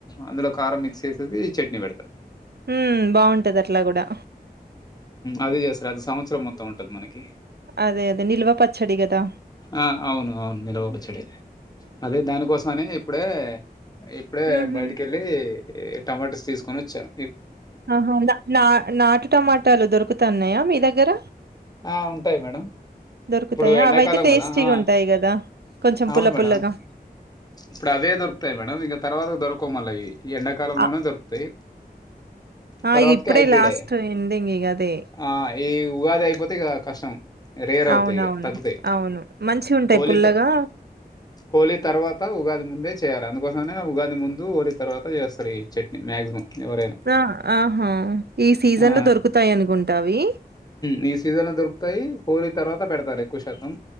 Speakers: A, on the left (about 25°); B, on the right (about 85°).
A: అందులో కారం మిక్స్ చేసేసి చట్నీ పెడతారు
B: హ్మ్. బావుంటది అట్లా గూడా.
A: అది చేస్తారు అది సంవత్సరం మొత్తం ఉంట ఉంటది మనకి
B: అదే అదే నిల్వ పచ్చడి కదా
A: ఆ అవును అవును నిల్వ చెడి అదే దానికోసమని ఇప్పుడే ఇప్పుడే
B: హుహు.
A: బయటికి వెళ్ళి టమాటోస్ తీసుకొని వచ్చాం
B: ఆహా నా నా నాటు టమాటాలు దొరుకుతున్నాయా మీ దగ్గర
A: ఆ ఉంటాయి మేడం
B: దొరుకుతాయా?
A: ఇప్పుడు ఎండాకాలం
B: అవైతే టేస్టీగుంటాయి
A: కదా ఆ
B: గదా! కొంచెం
A: అవును
B: పుల్ల
A: మేడం
B: పుల్లగా.
A: ఇప్పుడు అవే దొరకుతాయి మేడం ఇకా తర్వాత దొరు కోమలే ఈ ఎండాకాలంలోనే
B: ఆ
A: దొరుకుతాయి
B: ఆ
A: తర్వాతకి
B: ఇప్పుడే
A: హైబ్రిడ
B: లాస్ట్ ఎండింగ్ ఇగ అదే
A: ఆ ఈ ఉగాది అయిపోతే ఇగ కష్టం రేర్ అవుతాయి
B: అవునవును
A: ఈగ తగ్దే
B: అవును మంచిగుంటాయి
A: హోలీత
B: పుల్లగా
A: హోలీ తర్వాత ఉగాది ముందే చేయాలి అందుకోసమే ఉగాది ముందు హోలీ తర్వాత చేస్తారు ఈ చట్నీ మాక్సిమం ఎవరైనా
B: ఆ ఆహా ఈ సీజన్
A: ఆ
B: లో దొరుకుతాయి అనుకుంటావి
A: నీ సీజన్ లో దొరుకుతాయి హోలీ తర్వాత పెడతారు ఎక్కువ శాతం